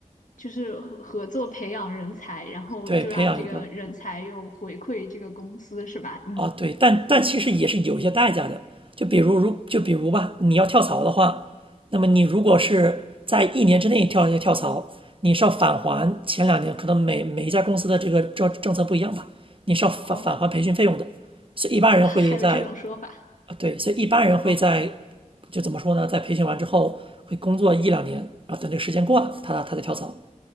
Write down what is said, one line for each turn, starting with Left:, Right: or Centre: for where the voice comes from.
Left: 就是合合作培养人才，然后就让这个人才又回馈这个公司是吧？
Right: 对，培养一个
Left: 嗯，
Right: 啊，对，但但其实也是有一些代价的。就比如如就比如吧，你要跳槽的话，那么你如果是在一年之内跳跳槽，你是要返还前两年可能每每一家公司的这个政政策不一样吧，你是要返返还培训费用的。
Left: 哦
Right: 所以一般人会在
Left: 啊 <laughs> 还有这种说法，
Right: 啊对，所以一般人会在
Left: 好吧。
Right: 就怎么说呢，在培训完之后会工作一两年，然后等这个时间过了，他他再跳槽。